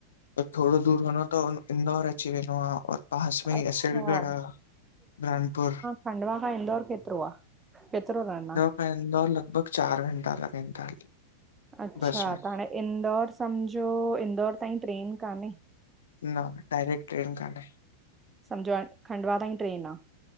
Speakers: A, on the left; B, on the right.
A: थोरो दूर वञो त इंदौर अची वेंदो आ और पास में ई
B: अच्छा
A: असलगढ़ आ रानपुर
B: खडंवा खां इंदौर केतिरो आ केतिरो रन आ?
A: ईदौंर लॻभॻि चार घंटा लॻाइनि था
B: अच्छा
A: बस में।
B: त हाणे इंदौर सम्झो इंदौर ताईं ट्रेन कान्हे?
A: न डायरेक्ट ट्रेन कान्हे
B: सम्झो खंडवा ताईं ट्रेन आ?